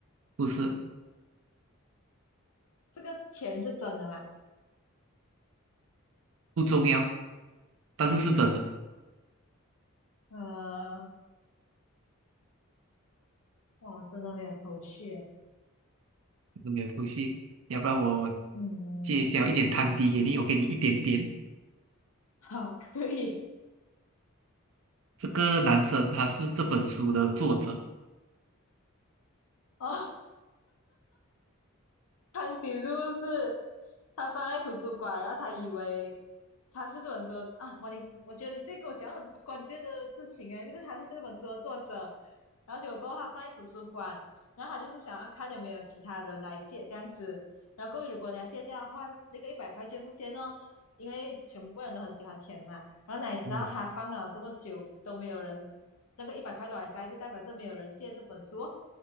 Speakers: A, on the right; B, on the left.
A: 不是，
B: 这个钱是真的吗？
A: 不重要，但是是真的，
B: 呃，我真的没有头绪啊。
A: 没有头绪。要不然我
B: 嗯，
A: 揭晓一点汤底给你，我给你一点点。
B: 好，可以
A: 这个男生他是这本书的作者，
B: 哦。汤迪是不是？他放在图书馆，然后他以为他是这本书的啊，我你我觉得你这给我讲很关键的事情诶，就是他是这本书的作者，然后结果过后他放在图书馆，然后他就是想要看有没有其他人来借这样子，然后过后如果人家借掉的话，那那个一百块就不见哦，因为全部人都很喜欢钱嘛，然后哪里知道他放了这么久都没有人，
A: 嗯
B: 那个一百块都还在，就代表这没有人借这本书哦，